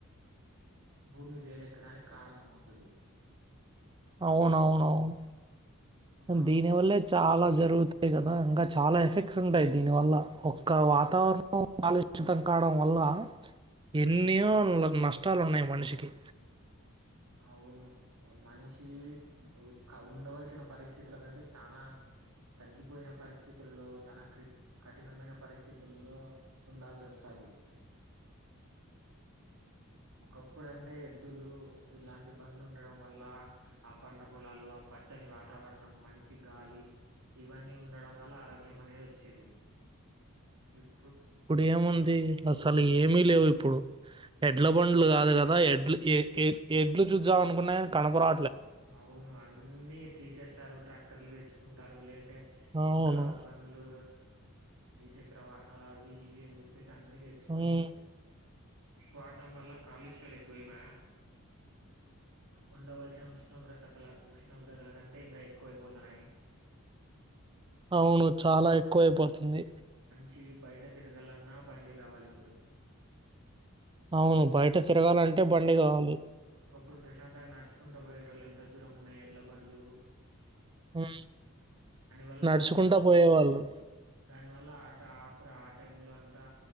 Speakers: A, on the right; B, on the right.
A: భూమి వేడ ఎక్కడానికి కారణం అవుతుది
B: అవును అవును అవును
A: సో మనం
B: దీనివల్లే
A: ఉమ్,
B: చాలా జరుగుతాయి కదా ఇంకా చాలా ఎఫెక్ట్స్ ఉంటాయి దీనివల్ల ఒక్క వాతావరణం కాలుషితం కావడం వల్ల ఎన్నియో నష్ ట్టాలున్నాయి మనిషికి
A: అవును మనిషి క ఉండవలసిన పరిస్థితుల కంటే చానా తగ్గిపోయిన పరిస్థితుల్లో చాలా క్రి కఠినమైన పరిస్థితుల్లో ఉండాల్సి వస్తాది ఒకప్పుడంటే ఎద్దులు ఇలాంటి బండ్లుండడం వల్ల ఆ పండ పొలాలు ఆ పచ్చని వాతావరణం మంచి గాలి ఇవన్నీ ఉండడం వల్ల ఆరోగ్యం అనేది వచ్చేది. ఇప్
B: ఇప్పుడు ఏముంది అసలు ఏమి లేవు ఇప్ ప్పుడు ఎడ్ల
A: ఏ
B: బండ్లు కాదు కద్ ద ఎడ్లు ఏ ఏ ఎడ్లు జుజ్జాం అనుకున్నా గని కనపరా
A: అవును అన్ అన్నీ తీసేస్తారు ట్రాక్టర్లు తెచ్చుకుంటారు లేంటే
B: అవును
A: ఇంకా బండ్లు ద్విచక్ర వాహనాలవి ఇవి అని జెప్పేస్ టన్నీ దెచ్చుకోని
B: ఉమ్,
A: వాడ్డం వల్ల కాలుష్యాలు ఎక్కువైపోయా ఉండవల్సిన ఉష్ ఉష్ణోగ్రత కల ఉష్ణోగ్రతల కంటే ఇంగా ఎక్కువైపోతున్నాయి
B: అవును చాలా ఎక్కువైపోతుంది
A: చి బయట తిరగలన్నా బండి గావాలిప్పుడు
B: అవును బయట తిరగాలంటే బండి గావాలి
A: ఇప్పుడు ప్రశాంతంగా నడ్చుకుంట పొయిడ్ అటోలెంత దూరమున్నా ఎడ్ల బన్లు
B: మ్మ్
A: వల్ల
B: నడ్చుకుంటా పోయేవాళ్ళు
A: ని వల్ల ఆట్ అప్రు ఆ టైమ్ లో అంతా